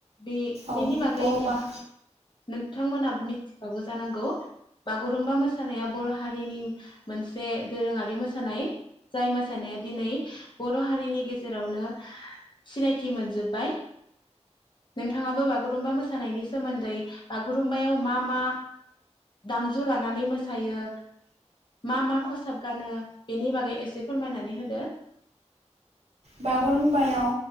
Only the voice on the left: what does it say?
बे
बेनि बागै
नोंथांमोना मिथिखागौ जानांगौ बागुरुम्बा मोसानाया बर' हारिनि मोनसे दोरोङारि मोसानाय। जाय मोसानाया दिनै बर' हारिनि गेजेरावनो सिनायथि मोनजोब्बाय नोंथाङाबो बागुरुमबा मोसानायनि सोमोन्दै बागुरुम्बायाव मा मा दामजु लानानै मोसायो मा मा खसाब गानो बेनि बागै एसे एसे फोरमायनानै होदो